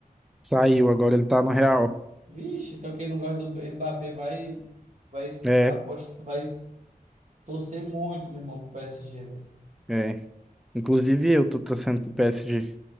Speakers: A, in the centre; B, on the right.
A: Saiu, agora ele tá no Real.
B: Vixe, então quem não gosta do Mbappé vai, vai,
A: É,
B: aposta, vai torcer muito, meu irmão, pro PSG, velho.
A: é. Inclusive eu tô torcendo pro PSG.